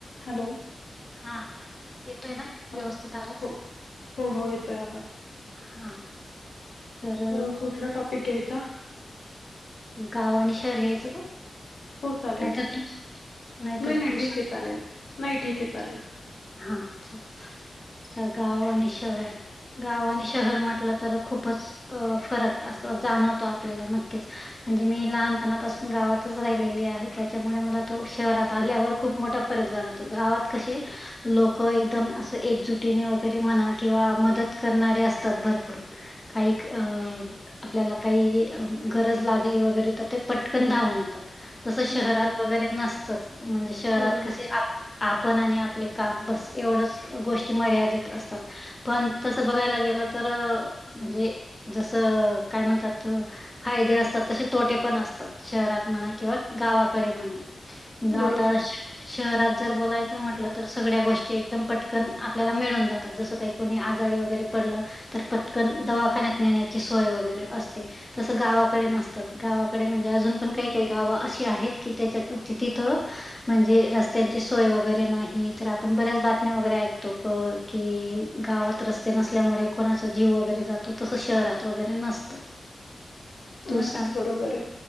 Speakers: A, on the left; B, on the left.
A: Hello!
B: हा, येतोय ना?
A: हं,
B: व्यवस्थित आवाज
A: हो हो हो, येतोय आवाज.
B: हा तर
A: अ कुठला टॉपिक घ्यायचा?
B: गाव आणि शहर घ्यायचं का?
A: हो चालेल
B: नाहीतर
A: चालेल,
B: तू नाहीतर
A: नाही नाही
B: तू सांग
A: ठीक आहे चालेल, नाही ठीक आहे चालेल
B: हा आता गाव आणि शहर गाव आणि शहर म्हटलं तर खूपच अ फरक असं जाणवतो आपल्याला नक्कीच म्हणजे मी लहानपणापासून गावातच राहिलेली आहे त्याच्यामुळे मला तो शहरात आल्यावर खूप मोठा फरक जाण होता गावात कशी लोक एकदम असं एकजुटीने वगैरे म्हणा किंवा मदत करणारे असतात भरपूर काही अ आपल्याला काही गरज लागली वगैरे तर ते पटकन धावून येतात. तसं शहरात
A: नक्कीच
B: वगैरे नसतंच म्हणजे शहरात
A: बरोबर
B: कस
A: आहे
B: आपण आणि आपले काम बस एवढंच गोष्टी मर्यादित असतात. पण तसं बघायला गेलं तर म्हणजे जसं काय म्हणतात फायदे असतात तसे तोटे पण असतात शहरात म्हणा किंवा
A: हो,
B: गावाकडे म्हणा
A: बरोबर
B: आता
A: आहे
B: शहरात जर बोलायचं म्हटलं तर सगळ्या गोष्टी एकदम पटकन आपल्याला मिळून जातात जसं काही कोणी आजारी वगैरे पडलं तर पटकन दवाखान्यात नेण्याची सोय वगैरे असते. तसं गावाकडे नसतात गावाकडे म्हणजे अजून पण काही काही गावं अशी आहेत की त्याच्या तिथं म्हणजे रस्त्यां ची सोय वगैरे नाही तर आपण बऱ्याच बातम्या वगैरे ऐकतो प की गावात रस्ते नसल्यामुळे कोणाचा जीव वगैरे जातो तसं शहरात वगैरे नसतं
A: नक्कीच
B: तू सांग
A: बरोबर आहे,